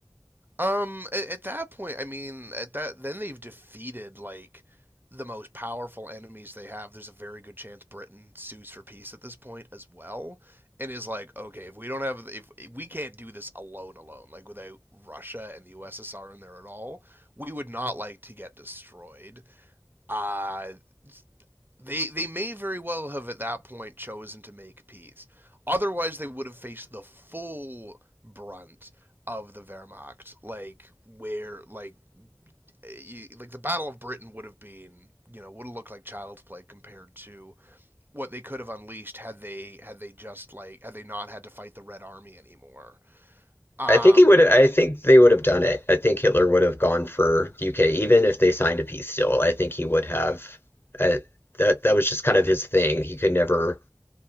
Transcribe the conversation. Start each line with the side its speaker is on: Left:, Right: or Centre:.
Right: Um, at, at that point, I mean, at that then they've defeated like the most powerful enemies they have. There's a very good chance Britain sues for peace at this point as well, and is like, okay, if we don't have, if, if we can't do this alone, alone, like without Russia and the USSR in there at all, we would not like to get destroyed. Uh, they they may very well have at that point chosen to make peace. Otherwise, they would have faced the full brunt of the Wehrmacht, like where like eh, you, like the Battle of Britain would have been, you know, would have looked like child's play compared to what they could have unleashed had they had they just like had they not had to fight the Red Army anymore. Um
Left: I think he would. I think they would have done it. I think Hitler would have gone for UK, even if they signed a peace deal. I think he would have. Uh, that that was just kind of his thing. He could never